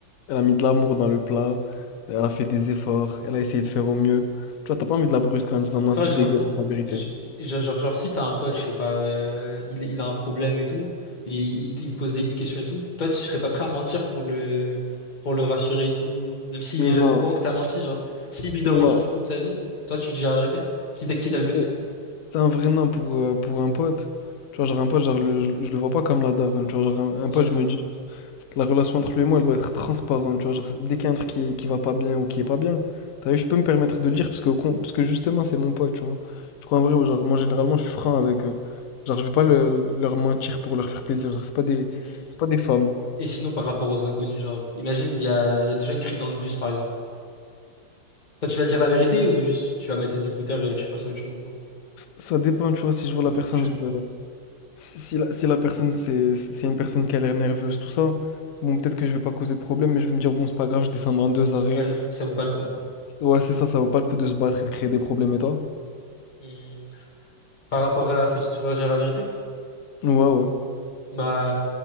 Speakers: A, on the left; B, on the left.
A: elle a mis de l'amour dans le plat, elle a fait des efforts, elle a essayé de faire au mieux. Tu vois, t'as pas envie de la brusquer en disant non,
B: Toi,
A: c'est
B: genre,
A: dégueulasse la vérité.
B: je- je- genre, genre, si t'as un pote, je sais pas, euh, il, il a un problème et tout, et il, te il te pose des, une question et tout, toi, tu serais pas prêt à mentir pour le, pour le rassurer et tout, euh, même s'il est jamais
A: Non,
B: au courant que t'as menti, genre, s'il vit dans
A: non.
B: le mensonge toute sa vie, toi, tu dis la vérité, quitte à, quitte à le
A: C'est
B: blesser.
A: C'est un vrai nain pour, euh, pour un pote. Tu vois, genre un pote, genre, le- je, je le vois pas comme la daronne. Tu vois, genre un, un pote,
B: Ouais.
A: je me dis, la relation entre lui et moi, elle doit être transparente. Tu vois, genre, dès qu'il y a un truc qui, qui va pas bien ou qui est pas bien, t'as vu, je peux me permettre de le dire parce que, au con- parce que justement, c'est mon pote, tu vois. Du coup, en vrai, genre, moi, généralement, je suis franc avec eux. Genre, je vais pas le- leur mentir pour leur faire plaisir. Genre, c'est pas des,
B: Et,
A: c'est pas des femmes.
B: Et sinon, par rapport aux inconnus, genre, imagine, il y a, il y a des jeunes qui crient dans le bus, par exemple. Toi, tu vas dire
A: Ça,
B: la vérité ou juste tu vas mettre tes écouteurs et tu passes à autre chose, genre,
A: ça dépend, tu vois, si je vois
B: Ah,
A: la personne,
B: je sais
A: genre,
B: trop.
A: Si, si la, si la personne, c'est c'est une personne qui a l'air nerveuse, tout ça, bon, peut-être que je vais pas causer de problème, mais je vais me dire, bon, c'est pas grave, je descends dans deux arrêts.
B: Ouais, ça vaut pas le coup.
A: Ouais, c'est ça, ça vaut pas le coup de se battre et de créer des problèmes, et toi?
B: Hmm. Par rapport à faut-il toujours dire la vérité?
A: Ouais, ouais.
B: Bah,